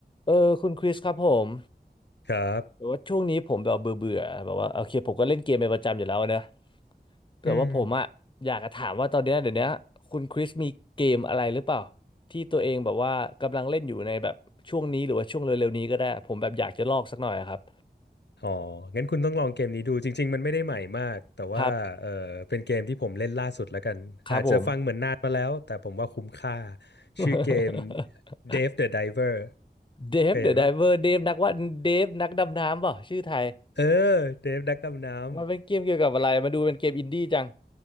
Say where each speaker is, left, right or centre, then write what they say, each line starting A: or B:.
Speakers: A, on the left (about 30°); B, on the left (about 80°).
A: เออคุณคริสครับผม
B: ครับ
A: แต่ว่าช่วงนี้ผมแบบเบื่อเบื่อแบบว่าโอเคผมก็เล่นเกมเป็นประจำอยู่แล้วนะแต่ว่าผมอะอยากจะถามว่าตอนเนี้ยเดี๋ยวเนี้ยคุณคริสมีเกมอะไรหรือเปล่า
B: อืม
A: ที่ตัวเองแบบว่ากำลังเล่นอยู่ในแบบช่วงนี้หรือว่าช่วงเร็วๆนี้ก็ได้ผมแบบอยากจะลอกสักหน่อยอะครับ
B: อ๋อ งั้นคุณต้องลองเกมนี้ดู จริงๆ มันไม่ได้ใหม่มาก แต่ว่าเออเป็นเกมที่ผมเล่นล่าสุดแล้วกัน
A: ครับครับผม
B: อาจจะฟังเหมือนนานมาแล้ว แต่ผมว่าคุ้มค่า
A: <laughs>
B: ชื่อเกม Dave the Diver
A: เดฟเดอะไดเวอร์เดฟนักว่าเดฟนักดำน้ำเปล่าชื่อไทย
B: เคยเห็นปะเออ Dave นักดำน้ำ
A: มันเป็นเกมเกี่ยวกับอะไรมาดูเป็นเกมอินดี้จัง